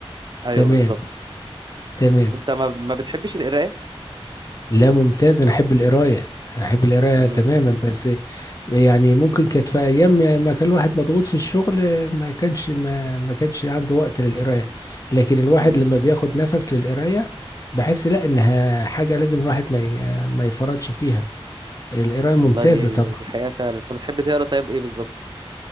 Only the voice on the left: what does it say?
تمام
تمام
لا ممتاز انا احب القرايه انا احب القرايه
تماما بس يعني ممكن كانت في ايام ما كان الواحد مضغوط في الشغل ما كانش ما, ما كانش عنده وقت للقرايه لكن الواحد
لما بياخد نفس للقرايه بحس لا انها حاجه لازم الواحد ما ي- ما يفرطش فيها القرايه ممتازه
طبعا